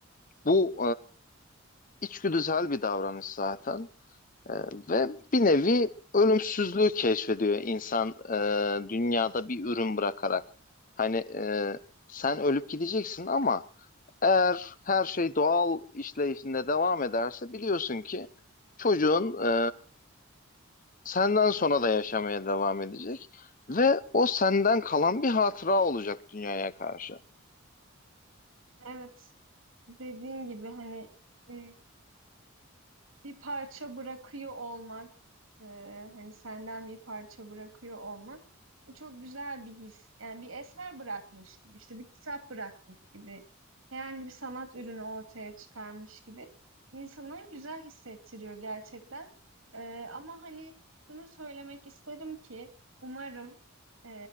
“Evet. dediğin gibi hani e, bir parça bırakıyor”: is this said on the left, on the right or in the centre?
Right